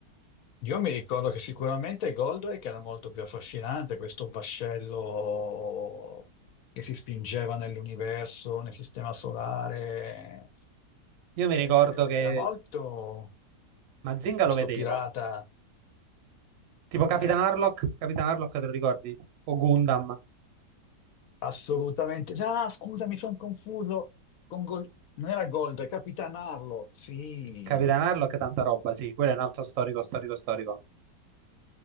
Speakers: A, on the left (about 70°); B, on the right (about 65°).
A: Io mi ricordo che sicuramente Goldrake era molto più affascinante, questo vascello che si spingeva nell'universo, nel sistema solare.
B: io
A: Eh,
B: mi ricordo che
A: era molto
B: Mazinga
A: questo
B: lo vedevo,
A: pirata,
B: tipo Capitan
A: eh,
B: Harlock, Capitan Harlock te lo ricordi? O Gundam.
A: assolutamente. Ah, scusa, mi sono confuso con Gol- Non era Goldrake, Capitan Harlock, sì.
B: Capitan Harlock, è tanta roba, sì, quello è un altro storico, storico, storico.